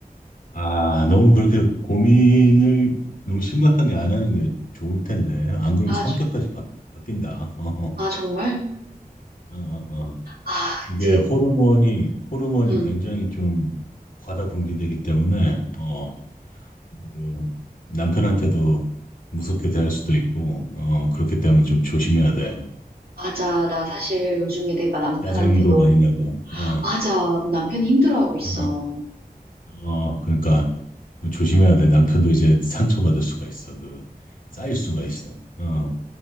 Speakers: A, on the left (about 60°); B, on the right (about 75°).
A: 아, 너무 그렇게 고민을 너무 심각하게 안 하는 게 좋을 텐데. 안 그러면
B: 아,
A: 성격까지
B: 저-
A: 바, 뀐다 어,
B: 아, 정말?
A: 어, 어. 어.
B: 아,
A: 이게
B: 이제,
A: 호르몬이, 호르몬이
B: 응
A: 굉장히 좀 과다 분비되기 때문에, 어, 그 남편한테도 무섭게 대할 수도 있고, 어, 그렇기 때문에 좀 조심해야 돼.
B: 맞아. 나 사실 요즘에 내가 남편한테
A: 짜증도
B: 너,
A: 많이 나고, 어,
B: 맞아. 우리 남편이 힘들어하고 있어.
A: 어,
B: 어,
A: 어, 그러니까. 그 조심해야 돼. 남편도 이제 상처받을 수가 있어. 그, 쌓일 수가 있어. 어.